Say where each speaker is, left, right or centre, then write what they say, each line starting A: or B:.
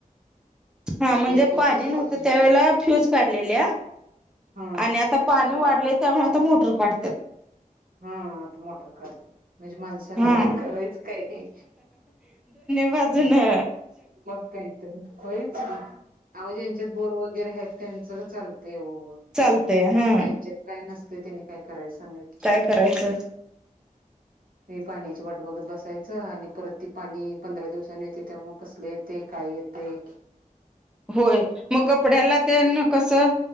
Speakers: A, in the centre; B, on the right.
A: हा म्हणजे
B: प्यायपुरतं
A: पाणी
B: सोडली
A: नव्हतं त्यावेेळेला फ्यूज काढलेल्या
B: हा
A: आणि आता पाणी वाढलंय त्यामुळे आता मोटर काढत्यात.
B: हा आता मोटर काढते. म्हणजे माणसानं
A: हा
B: करायच काय?
A: वाजूला
B: मग काय त? आवो ज्यांच्या बोर वगैरे आहेत त्यांच चालत. चालत हो
A: चालतय
B: ज्यांच्यात
A: हा
B: काय नसत ते त्यांनी काय करायच सांगा की?
A: काय करायचं
B: लई पाण्याची वाट बघत बसायचं आणि परत ती पाणी पंधरा दिवसाांनी येते त्यामुळं कस कसले येतय? काय येतय?
A: होय. मग कपड्याला तेन कसं